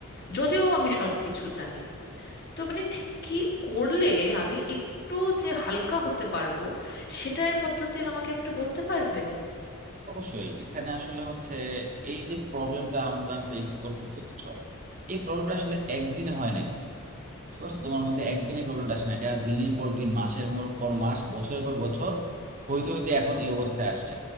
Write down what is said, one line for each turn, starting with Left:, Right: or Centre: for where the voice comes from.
Left: যদিও আমি সবকিছু জানি তো মানে ঠিক কি করলে আমি একটু যে হালকা হতে পারবো সেটার পদ্ধতি আমাকে একটু বলতে পারবে
Right: অবশ্যই এখানে আসলে হচ্ছে এই যে প্রবলেমটা আমরা ফেস করতেছি বুঝছো এই প্রবলেমটা আসলে একদিনে হয় নাই বুঝছো তোমার মধ্যে একদিনে প্রবলেমটা আসে না এটা দিনের পর দিন মাসের মর- পর মাস বছরের পর বছর হইতে হইতে এখন এই অবস্থায় আসছে